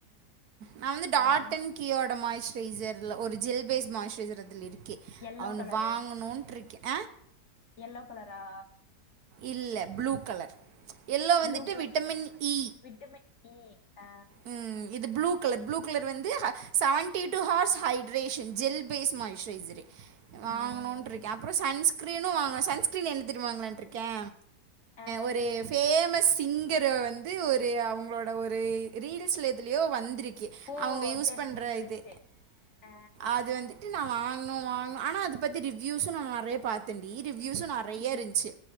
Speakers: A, on the right (about 65°); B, on the left (about 50°).
A: நா வந்து டாட்
B: ம்.
A: டன் கீயோட மாய்சஸ்சிரரைஸர் ஒரு ஜெல் பேஸ்ட் மாய்சஸ்சிரரைஸர் அதில இருக்கு
B: யெல்லோ
A: அவனு
B: கலரு
A: வாங்கணுன்ட்டு இருக்கேன்
B: யெல்லோ கலரா
A: இல்ல ப்ளூ கலர் யெல்லோ வந்துட்டு
B: ப்ளூ colour
A: vitamin E
B: vitamin E அ
A: ம் இது ப்ளூ கலர் ப்ளூ கலர் வந்து seventy two hours hydration gel base மாயிஸ்சரைஸரு வாங்கணுட்ருக்கே
B: ம்.
A: அப்றோ சன்ஸ்கிரீனு வாங்கனு சன்ஸ்கிரீன்ல என்ன தெர்மா வாங்கலான்ட்ருக்கே
B: ஆ.
A: ஒரு ஃபேமஸ் சிங்கர வந்து ஒரு அவங்ளோட ஒரு ரீல்ஸ்ல எதுலயோ வந்துருக்கு
B: ஓ!
A: அவுங்க யூஸ்
B: தெரிஞ்சுச்சு
A: பண்ற
B: தெரிஞ்சுச்சு.
A: இது
B: ஆ.
A: அது வந்து ட்டு நா வாங்னு வாங்னு ஆனா அத பத்தி ரிவ்வியூஸ்ஸு நா நெறைய பாத் தண்டி ரிவ்யூஸும் நெறைய
B: ம்.
A: இருந்ச்சு